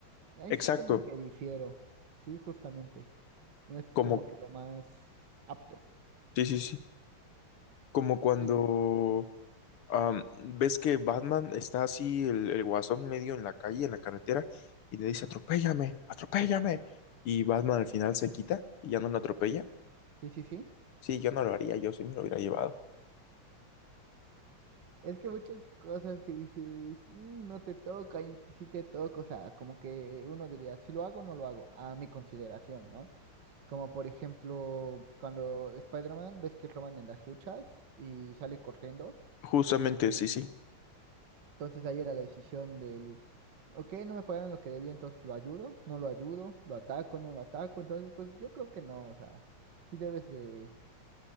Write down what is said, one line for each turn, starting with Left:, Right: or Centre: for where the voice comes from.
Right: Ahí
Left: Exacto,
Right: sí como que difiero, sí, justamente. No es
Left: como,
Right: como que lo más apto.
Left: sí, sí, sí, como cuando
Right: Sí,
Left: Am, ves que Batman está así, el, el guasón medio en la calle, en la carretera, y le dice, atropéllame, atropéllame. Y Batman al final se quita y ya no lo atropella.
Right: sí, sí. sí.
Left: Sí, yo no lo haría, yo sí me lo hubiera llevado.
Right: Es que muchas cosas que dices, "Mm, no te toca y si te toca, o sea, como que uno diría, si lo hago o no lo hago, a mi consideración, ¿no? Como por ejemplo, cuando Spider-Man ves que roban en las luchas y sale corriendo,
Left: Justamente, sí, sí.
Right: entonces ahí era la decisión del, ok, no me pagaron lo que debía, entonces lo ayudo, no lo ayudo, lo ataco, no lo ataco, entonces pues yo creo que no, o sea, sí debes de